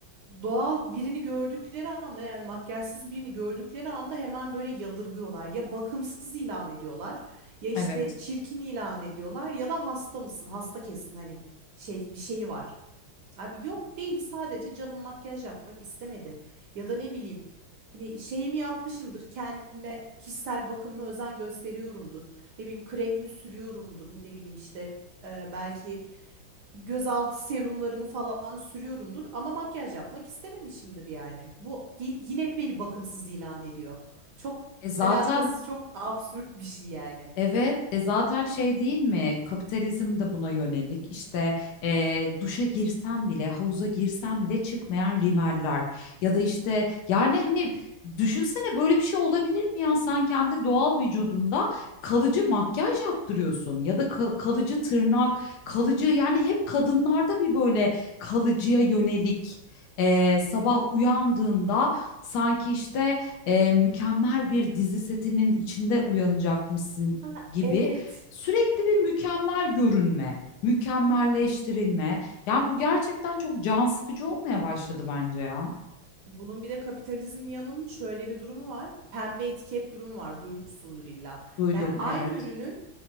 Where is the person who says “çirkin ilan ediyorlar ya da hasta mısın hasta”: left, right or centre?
Right